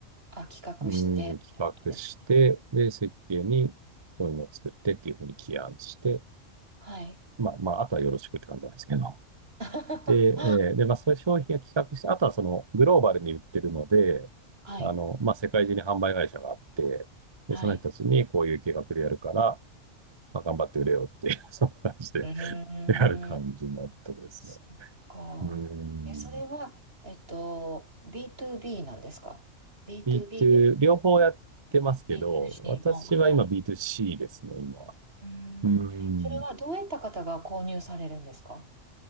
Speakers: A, on the right; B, on the right.
A: あ、企画してってことですね。
B: うん、企画して、で、設計に、こういうのを作ってっていうふうに起案して、
A: はい。
B: まあ、まあ、あとはよろしくって感じなんですけど。
A: <laughs>
B: で、えーで、まあ、そういう商品を企画して、あとはその、グローバルに売ってるので、
A: はい。
B: あの、まあ、世界中に販売会社があって、で、
A: はい。
B: その人たちにこういう計画でやるから、まあ、頑張って売れよっていう <laughs> そんな感じで
A: うーん。
B: <laughs> やる感じのとこですね。
A: そっか。
B: うーん。
A: え、それは、えっと、B2B なんですか ?B2B
B: B2、
A: で
B: 両方やってますけど、
A: B2C
B: 私は今
A: の。はい。
B: B2C ですね、今。
A: うーん。
B: うー
A: それはどういった方が購入されるんですか
B: ん。